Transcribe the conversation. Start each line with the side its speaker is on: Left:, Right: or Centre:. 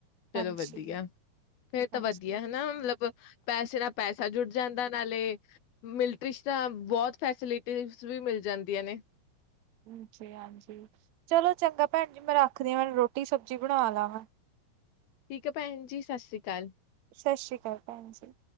Left: ਚਲੋ
Right: ਹਾਂਜੀ
Left: ਵਦੀਆ। ਫੇਰ ਤਾਂ
Right: ਹਾਂਜੀ
Left: ਵਦੀਆ ਹਨਾ ਮਤਲਬ ਪੈਸੇ ਨਾਲ ਪੈਸਾ ਜੁੜ ਜਾਂਦਾ ਨਾਲੇ ਮਿਲਟਰੀ ਚ ਤਾਂ ਬੋਤ ਫੈਸਿਲਟੀਜ਼ ਵੀ ਮਿਲ ਜਾਂਦੀਆਂ ਨੇ।
Right: ਹਾਂਜੀ-ਹਾਂਜੀ, ਚਲੋ ਚੰਗਾ ਭੈਨ ਜੀ ਮੈਂ ਰੱਖਦੀ ਆਂ ਮੈਨੂੰ ਰੋਟੀ ਸਬਜ਼ੀ ਬਨਾ ਲਾ ਮੈਂ।
Left: ਠੀਕ ਆ ਭੈਨ ਜੀ ਸਸ਼੍ਰੀ ਕਾਲ।
Right: ਸਸ਼੍ਰੀ ਕਾਲ ਭੈਨ ਜੀ।